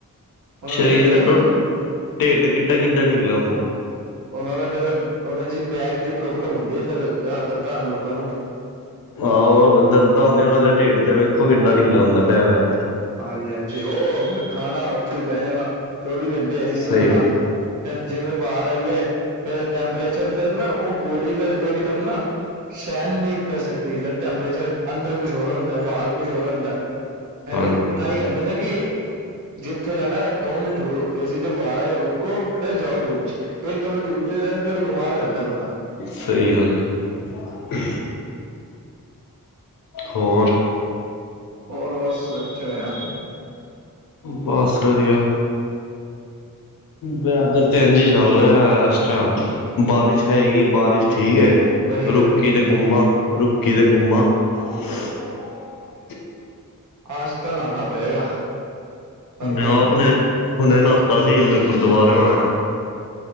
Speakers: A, on the right; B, on the left.
A: ਉਹਨਾਂ
B: ਸਰੀਰ
A: ਦਾ ਸਰਿਰਜਨ
B: ਛੱਡੋ ਢਿੱਡ ਕਿੱਡਾ-ਕਿੱਡਾ ਨਿਕਲਿਆ ਹੂੰਦਾ।
A: ਉਹਨਾਂ ਦਾ ਫੇਰ ਉਹ ਦੀ ਬੈਕ ਦੀ ਪ੍ਰੋਬਲਮ ਹੁੰਦੀ ਦੀ ਏ ਫੇਰ ਜ਼ਿਆਦਾ ਤਰ ਲੋਕਾਂ ਨੂੰ
B: ਆਹੋ ਦਰਦਾਂ ਹੁੰਦੀਆਂ ਉਹਨਾਂ ਦੇ ਢੇਡ ਤੇ ਵੇਖੋ ਕਿੱਡਾਂ ਨੀ ਲਿਆ ਹੁੰਦਾ ਬਹਿ-ਬਹਿ ਕੇ।
A: ਹਾਂਜੀ-ਹਾਂਜੀ ਉਹ ਫਿਰ ਖਾਣਾ ਉੱਥੇ ਹੀ ਬੈ ਜਾਣਾ ਚੌਵੀ ਘੰਟੇ ਏ ਸੀਂ
B: ਸਹੀ
A: ਰਹਿਣਾ।
B: ਗੱਲ ਹੈ
A: ਫਿਰ ਜਿਵੇਂ ਬਾਹਰ ਆਈਏ ਫਿਰ ਟੈਂਪਰੇਚਰ ਫਿਰ ਨਾ ਉਹ ਬੋਡੀ ਫਿਰ ਇੱਕ ਦਮ ਨਾ ਸਹਿਣ ਨਹੀਂ ਕਰ ਸਕਦੀ ਫਿਰ ਟੈਂਪਰੇਚਰ ਅੰਦਰ ਕੁੱਛ ਹੋਰ ਹੁੰਦਾ ਬਾਹਰ ਕੁੱਛ ਹੋਰ ਹੁੰਦਾ। ਐਵੇਂ
B: ਹਾਂਜੀ
A: ਤਾਂਹੀ ਕਹਿੰਦੇ ਨੇ ਕਿ ਜਿੱਥੇ ਜਾਣਾ ਦੋ ਮਿੰਟ ਏਸੀ ਤੋਂ ਬਾਹਰ ਆ ਰੁਕੋ ਫੇਿਰ ਜਾਓ ਡੂਬ ਚ ਇੱਕ ਦਮ ਜੂ ਚ ਜਾਏ ਫਿਰ ਬਿਮਾਰ ਹੋ ਜਾਂਦਾ ਬੰਦਾ।
B: ਸਹੀ ਗੱਲ ਏ। ਹੋਰ
A: ਹੋਰ ਬਸ ਕਿਵੇਂ ਆ?
B: ਬਸ ਵਧੀਆ। ਜਾਦਾਤਰ ਤੇ ਐਂਜ ਇ ਚੱਲ ਰਿਹਾ ਇਸਟੈਮ। ਬਾਰਿਸ਼ ਹੈਗੀ ਬਾਰਿਸ਼ ਠੀਕ ਏ
A: ਬੜੀ ਗਰਮੀ
B: ਰੁਕੀ
A: ਹੈਗੀ
B: ਤੇ ਗੁਮਾ
A: ਹੈ
B: ਰੁੱਕੀ ਤੇ ਗੁਮਾ। <inaudible>
A: ਅੱਜ ਤਾਂ ਨਾਨਾ ਪਏਗਾ। ਰਾਤੀ
B: ਮੈਂ
A: ਨੂੰ
B: ਆਪ ਨੇ ਹੁਣੇ ਨਾਤਾ ਸੀ ਹੁਣੇ ਗੁਰਦੁਆਰਓ ਆਇਆ।